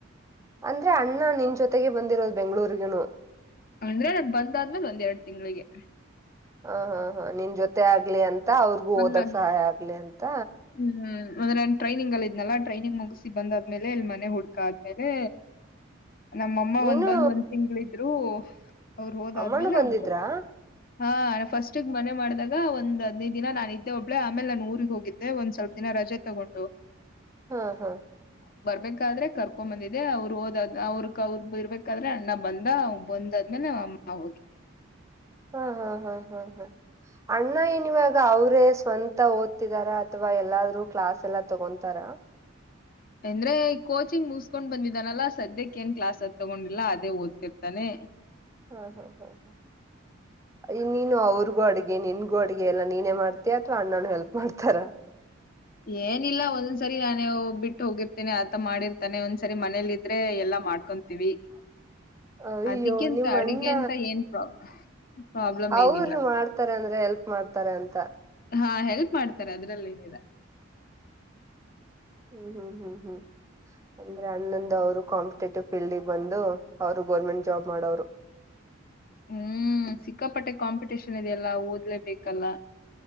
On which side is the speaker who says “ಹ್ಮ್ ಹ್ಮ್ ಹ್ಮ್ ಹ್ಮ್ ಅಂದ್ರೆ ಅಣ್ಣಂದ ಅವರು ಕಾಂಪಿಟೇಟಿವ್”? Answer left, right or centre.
Right